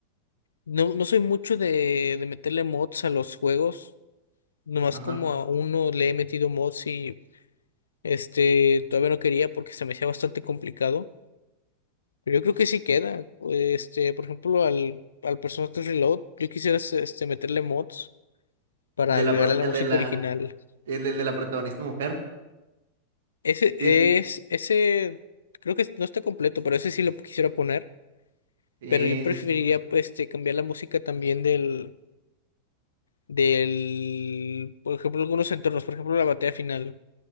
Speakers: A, on the left; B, on the right.
A: no, no soy mucho de, de meterle mods a los juegos. Nomás
B: Ajá.
A: como a uno le he metido mods y este todavía no quería porque se me hacía bastante complicado. Pero Yo creo que sí queda. Este, por ejemplo, al, al personaje Reload, yo quisiera este, meterle mods para
B: El de
A: agregarle
B: la, pro-
A: la
B: el
A: música
B: de la,
A: original.
B: el, de el de la protagonista mujer.
A: Ese es,
B: Sí,
A: ese, creo que no está completo, pero ese sí lo quisiera poner.
B: sí,
A: Pero yo preferiría
B: sí, sí.
A: pues, este, cambiar la música también del, del, por ejemplo, algunos entornos, por ejemplo, la batalla final.